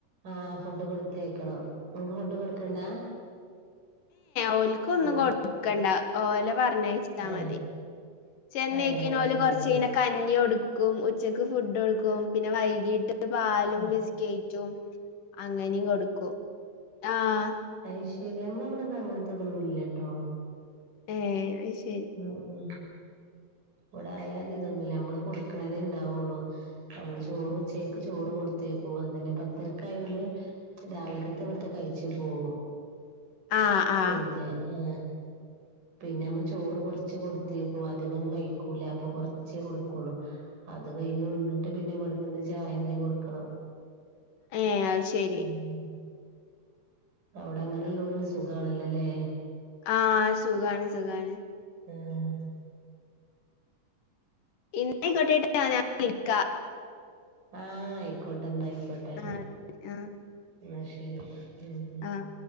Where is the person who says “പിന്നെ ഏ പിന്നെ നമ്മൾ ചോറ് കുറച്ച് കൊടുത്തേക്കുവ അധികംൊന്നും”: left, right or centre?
Right